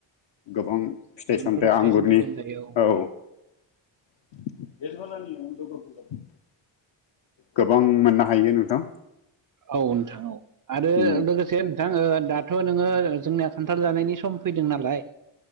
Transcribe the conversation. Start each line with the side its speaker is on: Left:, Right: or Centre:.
Left: गोबां फिथाइ
Right: मोनफ्रोम
Left: सामथाइ
Right: फिथाइ
Left: आंगुरनि
Right: सामथाइखौनो जायो
Left: औ। <unintelligible> गोबां मोननो हायो नोंथां।
Right: औ नोंथां औ आरो
Left: उम
Right: लोगोसे। थां ओ दाथ' नोङो जोंनिया खान्थाल जानायनि सम फैदों नालाय।